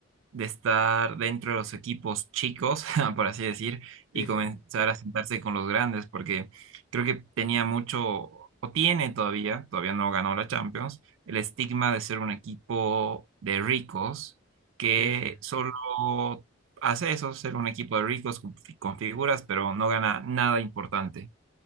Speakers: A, on the right; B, on the left.
A: de estar dentro de los equipos chicos, <laughs> por así decir, y
B: Sí,
A: comenzar
B: sí,
A: a sentarse con los grandes, porque creo que tenía mucho, o tiene todavía, todavía no ganó la Champions, el estigma de ser un equipo de ricos que
B: sí, sí.
A: solo hace eso, ser un equipo de ricos con, fi- con figuras, pero no gana nada importante.